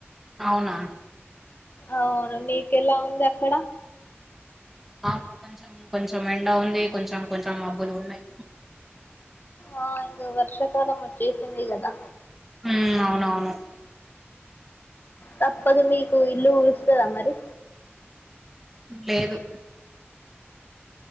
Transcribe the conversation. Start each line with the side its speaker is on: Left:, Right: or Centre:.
Centre: అవున
Left: అవును మీ కెలా ఉంది అక్కడ
Centre: మాకు కొంచెం కొంచం ఎండ ఉంది కొంచెం కొంచెం మబ్్బులు ఉన్నాయి
Left: ఆ ఇంక వర్షాకాలం వచ్చేసింది కదా
Centre: ఉమ్ అవునవును
Left: తప్పదు మీకు ఇల్లు ఊరుస్తదా మరి
Centre: లేదు